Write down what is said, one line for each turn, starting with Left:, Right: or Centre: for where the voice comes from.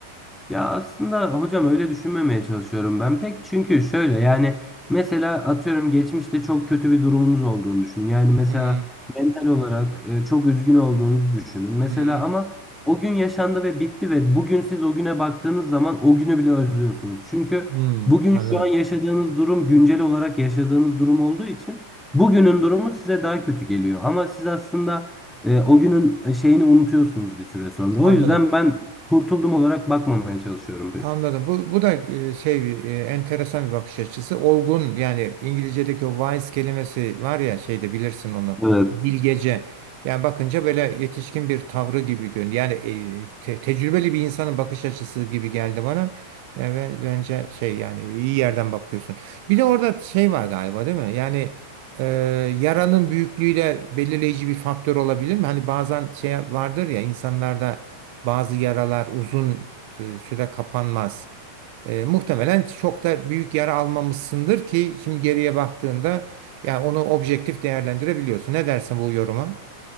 Centre: Ya aslında hocam öyle düşünmemeye çalışıyorum ben pek çünkü şöyle yani mesela atıyorum geçmişte çok kötü bir durumunuz olduğunu düşünün. Yani mesela
Right: Hı hı,
Centre: mental olarak e, çok üzgün olduğunuzu düşünün. Mesela
Right: hı hı.
Centre: ama o gün yaşandı ve bitti ve bugün siz o güne baktığınız zaman o günü bile özlüyorsunuz. Çünkü
Right: Hmm,
Centre: bugün
Right: anladım.
Centre: şu an yaşadığınız durum güncel olarak yaşadığınız durum olduğu için bugünün durumu size daha kötü geliyor. Ama siz aslında e, o günün e, şeyini unutuyorsunuz bir süre sonra.
Right: Anladım.
Centre: O yüzden ben Kurtuldum olarak bakmamaya çalışıyorum pek.
Right: Anladım. Bu, bu da e, şey bir e, enteresan bir bakış açısı. Olgun yani İngilizce'deki o wise kelimesi var ya şeyde bilirsin onu.
Centre: Evet.
Right: Bilgece. Yani bakınca böyle yetişkin bir tavrı gibi görünüyor. Yani e, te- tecrübeli bir insanın bakış açısı gibi geldi bana. Yani ben, bence şey yani iyi yerden bakıyorsun. Bir de orada şey var galiba değil mi? Yani e, yaranın büyüklüğü de belirleyici bir faktör olabilir mi? Hani bazen şey vardır ya insanlarda bazı yaralar uzun e, süre kapanmaz. E, muhtemelen çok da büyük yara almamışsındır ki şimdi geriye baktığında yani onu objektif değerlendirebiliyorsun. Ne dersin bu yoruma?